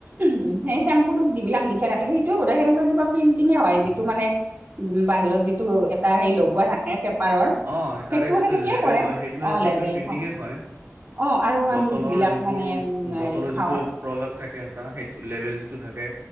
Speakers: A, on the right (about 30°); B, on the right (about 50°).
A: উহুম, সেই চেম্পুতোক যিবিলাক লি খা থাকে সেইটো বোধ হয় সেনেকুৱা কিবা প্ৰিণটিঙে হয় যিটো মানে উম বাহিৰত যিটো এটা হেৰি লগোৱা থাক এ পেপাৰৰ,
B: অ' তাৰে
A: সেইটো
B: যিটো
A: সেনেকেই
B: লেবেল
A: কৰে
B: হয় সেইটোৱে
A: অ
B: সেইটোৱে
A: লেভেলখন।
B: প্ৰিণ্টিঙে হয়।
A: অ আৰু
B: বটলৰ
A: আমি যিবিলাক
B: যিবোৰ
A: মানে উম হেৰি
B: বটলৰ
A: খাওঁ।
B: যিটো প্ৰলেপ থাকে এটা সেইটো লেভেল যিটো থাকে